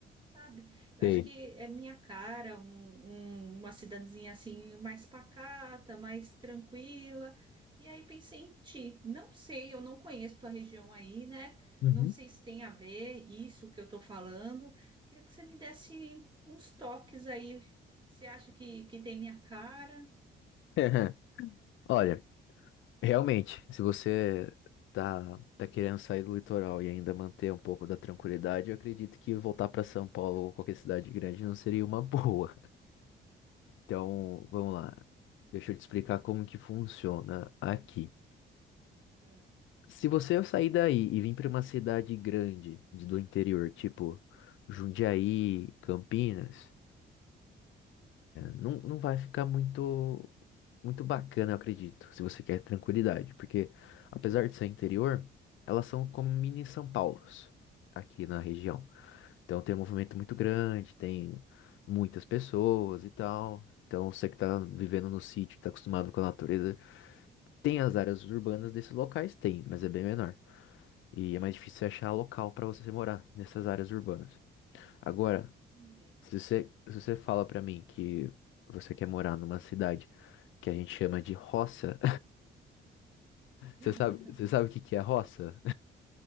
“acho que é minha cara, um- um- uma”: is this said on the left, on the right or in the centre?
Right